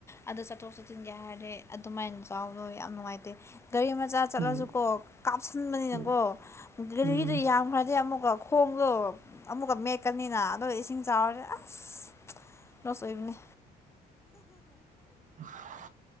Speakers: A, on the left; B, on the right.
A: ꯑꯗꯨ ꯆꯠꯊꯣꯛ ꯆꯠꯁꯤꯟꯒꯦ ꯍꯥꯏꯔꯦ ꯑꯗꯨꯃꯥꯏꯅ ꯆꯥꯎꯕꯗꯣ ꯌꯥꯝ ꯅꯨꯡꯉꯥꯏꯇꯦ ꯒꯥꯔꯤ ꯃꯆꯥ ꯆꯠꯂꯁꯨ
B: ꯎꯝ
A: ꯀꯣ ꯀꯥꯞꯁꯤꯟꯕꯅꯤꯅꯀꯣ
B: ꯎꯝ
A: ꯒꯥꯔꯤꯗꯨ
B: ꯎꯝ
A: ꯌꯥꯝꯈ꯭ꯔꯗꯤ ꯑꯃꯨꯛꯀ ꯈꯣꯡꯗꯣ ꯑꯃꯨꯛꯀ ꯃꯦꯠꯀꯅꯤꯅ ꯑꯗ ꯏꯁꯤꯡ ꯆꯥꯎꯔꯁꯦ ꯑꯁ ꯔꯁꯣꯏ ꯄꯅꯦ
B: ꯎ